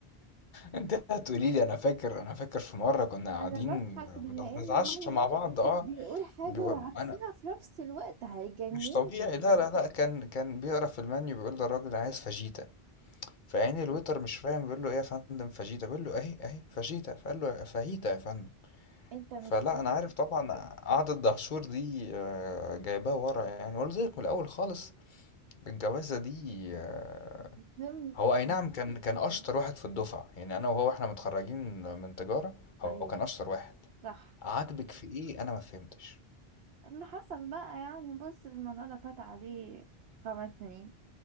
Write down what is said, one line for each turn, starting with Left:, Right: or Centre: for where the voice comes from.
Left: انت هتقولي لي انا فاكر انا فاكر في مره كنا قاعدين
Right: أنا بضحك لأن
Left: بنتعشى
Right: هو
Left: مع بعض اه
Right: بيقول حاجة
Left: بيقول-
Right: وعكسها
Left: انا
Right: في نفس الوقت هيجنن
Left: مش طبيعي لا لا لا كان كان بيقرا في المنيو بيقول للراجل أنا عايز فاجيتا فعين الويتر مش فاهم بيقول له ايه يا فندم فاجيتا بيقول له اهي اهي فاجيتا فقال له فاهيتا يا فندم
Right: أنت مش
Left: فلا
Right: مدرك
Left: انا عارف طبعا قعدة دهشور دي آه، جايباه ورا يعني قلت لك من الاول خالص الجوازه دي آه،
Right: المهم
Left: هو اي
Right: <laughs>
Left: نعم كان كان اشطر واحد في الدفعه يعني انا وهو احنا متخرجين من تجاره هو
Right: أيوه
Left: كان اشطر واحد
Right: صح
Left: عاجبك في ايه انا ما فهمتش
Right: اللي حصل بقى يعني بص الموضوع ده فات عليه خمس سنين